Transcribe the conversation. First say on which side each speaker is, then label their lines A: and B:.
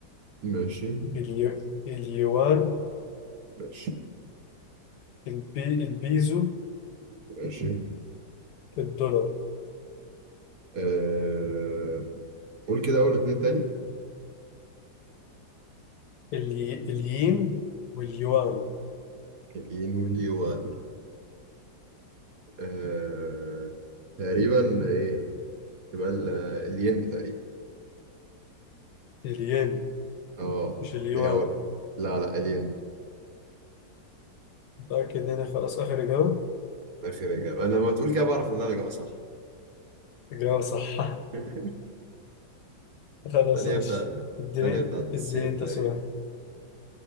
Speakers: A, on the right; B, on the left.
A: ماشي
B: اليو اليوان
A: ماشي
B: البي البيزو
A: ماشي
B: الدولار
A: آه... قول كده أول اتنين تاني
B: الي الين واليوان
A: الين واليوان آه... تقريبا إيه تبقى ال- الين تقريبا
B: الين
A: اه
B: مش اليوان
A: اللي هو لا لا الين
B: متأكد هنا خلاص آخر إجابة
A: اخر اجابه انا لما تقول كده بعرف ان انا الاجابه صح
B: إجابة صح
A: <laughs>
B: <laughs> خلاص
A: الثانيه
B: ماشي
A: بتاع
B: اديني
A: الثانيه بتاعت الصين
B: اديني انت
A: تقريبا
B: سؤال